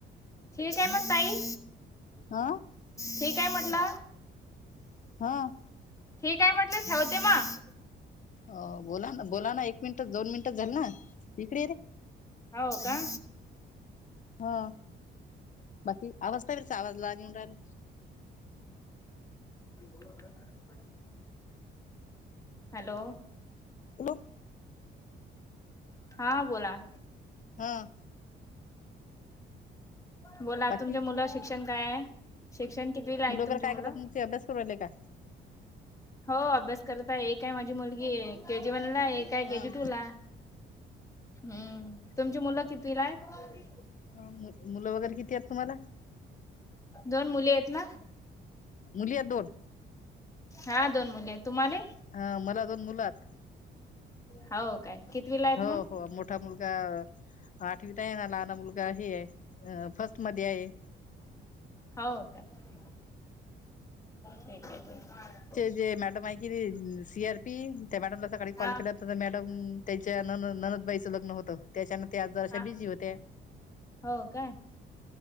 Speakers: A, on the left; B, on the left.
A: ठीक आहे मग ताई
B: हा,
A: ठीक आहे म्हटलं.
B: हा,
A: ठीक आहे म्हटलं ठेवते मग.
B: अ, बोला बोलाना एक मिनिट दोन मिनिट झाली ना इकडे रे.
A: हो का,
B: हा, बाकी आवाज काय वचा आवाज लहान येऊन रायला.
A: <unintelligible> हॅलो,
B: हॅलो,
A: हा, बोला.
B: हम,
A: बोला
B: बाकी
A: तुमच्या मुलावर शिक्षण काय आहे. शिक्षण कितवि ला आहेत
B: वगैरे
A: तुमच्या
B: काय
A: मुलं.
B: करतात मग ते अभ्यास करून राहिले का.
A: हो, अभ्यास करता एक आहे माझी मुलगी के जी वनला एक. काय केजी
B: हा.
A: टू ला हम्, तुमची मुलं किती ला आहेत.
B: मुलं वगैरे किती आहेत तुम्हाला.
A: दोन मुली आहेत ना.
B: मुली हेत दोन.
A: हा दोन मुली आहेत तुम्हाले.
B: हा मला दोन मुलं हात
A: हाव काय कितवीला हेत
B: हो
A: मग.
B: हो मोठा मुलगा आठवीत आहे ना लहना मुलगा हे अ फर्स्ट मध्ये आहे.
A: हाव काय ठीक हे ठीक हे
B: जे मॅडम आहे की सी आर पी त्या मॅडमला सकाळी
A: हा
B: कॉल केला होता तर मॅडम. त्यांच्या नन ननदबाईचं लग्न होतं त्याच्यान त्या आज जराशा
A: हा
B: बिझी होत्या.
A: हो का.